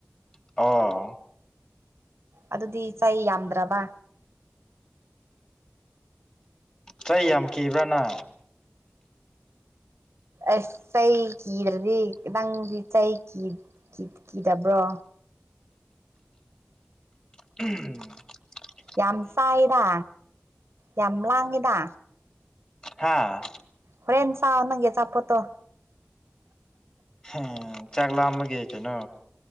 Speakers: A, on the left; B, on the right.
A: ꯑꯣ
B: ꯑꯗꯨꯗꯤ ꯆꯩ ꯌꯥꯝꯗ꯭ꯔꯕ
A: ꯆꯩ ꯌꯥꯝ ꯀꯤꯕ꯭ꯔꯥ ꯅꯪ
B: ꯑꯁ ꯆꯩ ꯀꯤꯗ꯭ꯔꯗꯤ ꯅꯪꯗꯤ ꯆꯩ ꯀꯤ ꯀꯤ ꯀꯤꯗꯕ꯭ꯔꯣ
A: ꯎꯍꯝ
B: ꯌꯥꯝꯆꯥꯏꯗ ꯌꯥꯝꯂꯥꯡꯉꯤꯗ
A: ꯍꯥꯥ
B: ꯍꯣꯔꯦꯟ ꯆꯥꯎ ꯅꯪꯒꯤ ꯑꯆꯥꯄꯣꯠꯇꯣ
A: ꯍꯦꯝ ꯆꯥꯛ ꯂꯥꯝꯃꯒꯤ ꯀꯩꯅꯣ